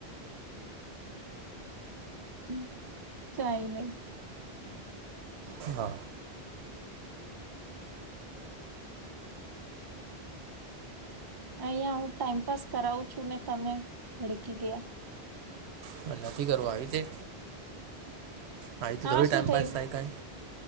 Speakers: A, on the right; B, on the right.
A: હ ચાઈ નીજ
B: <inaudible> હા.
A: અહિયા હું ટાઈમપાસ કરાવું છું ને તમે ભડકી ગયા.
B: પણ નથી કરવા આવી તે આવી રીતે
A: હા
B: તો થોડી
A: શું
B: ટાઈમપાસ
A: થયું
B: થાય કઈ